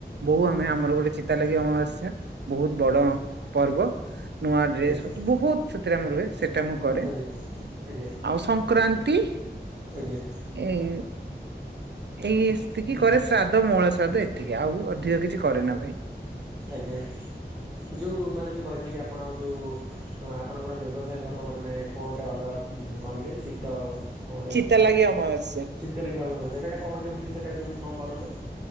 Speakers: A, on the right; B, on the right.
A: ବୋହୁ ଆମେ ଆମର ଗୋଟେ ଚିତା ଲାଗି ଅମାବାସ୍ୟା। ବହୁତ
B: ଆଜ୍ଞା
A: ବଡ ପର୍ବ। ନୂଆ ଡ୍ରେସ
B: ଆଜ୍ଞା
A: ବହୁତ ସେଥିରେ ଆମର ରୁହେ ସେଟା ମୁଁ କରେ।
B: ଆଜ୍ଞା ଆଜ୍ଞା ଆଜ୍ଞା
A: ଆଉ ସଂକ୍ରାନ୍ତି।
B: ଆଜ୍ଞା।
A: ଏଇ ଏଇ ଇସ୍ତିକି
B: ଆଜ୍ଞା
A: କରେ ଶ୍ରା ଧ ମଉଳାଶ୍ରଦ୍ଧ ଏତିକି ଆଉ ଅଧିକ କିଛି କରେ ନା ଭାଇ।
B: ଆଜ୍ଞା ଯୋଉ ମାନେ ଯୋଉ କହିଲେ କି ଆପଣ ଯୋଉ ହଁ ଆପଣଙ୍କର ବ୍ୟବସାୟ ଘର ମାନେ କଣ ଗୋଟେ ଅଲଗା କହିଲେ ଚିତ କଣଟା
A: ଚିତା
B: ଉ
A: ଲାଗି ଅମାବାସ୍ୟା
B: ଚିତା ଲାଗି ଅମାବାସ୍ୟା ସେଟା କଣ କେମିତି ସେଟା କେମିତି କଣ କରନ୍ତି?